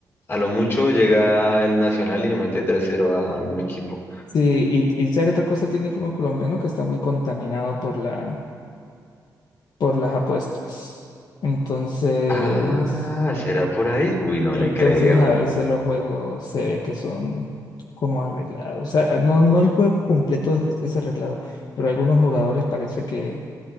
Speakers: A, on the left; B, on the left.
A: A lo mucho llega el Nacional y le mete tres cero a algún equipo.
B: Sí, y, y ¿sabe qué otra cosa tiene el fútbol colombiano que está muy contaminado por la, por las apuestas. Entonces...
A: Ah, ¿será por ahí? Uy, no
B: Entonces
A: le creo.
B: a veces los juegos se ve que son como arreglados. O sea, no, no el juego completo es, es arreglado, pero algunos jugadores parece que